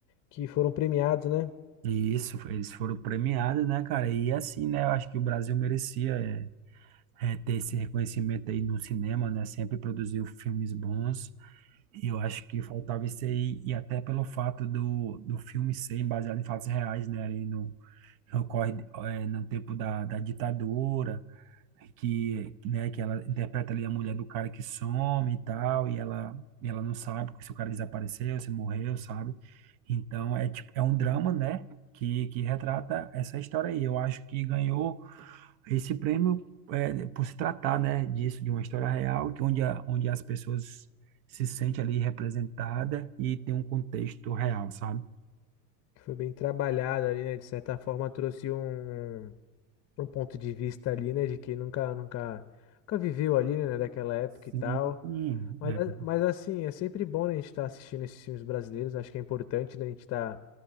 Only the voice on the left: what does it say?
que foram premiados, né?
que foi bem trabalhado ali, né? De certa forma trouxe um, um um ponto de vista ali, né? De quem nunca, nunca, nunca viveu ali, né? Daquela época e
tal. Mas,
a- mas assim, é sempre bom, né, a gente estar assistindo esses filmes brasileiros. Acho que é importante, né, a gente estar,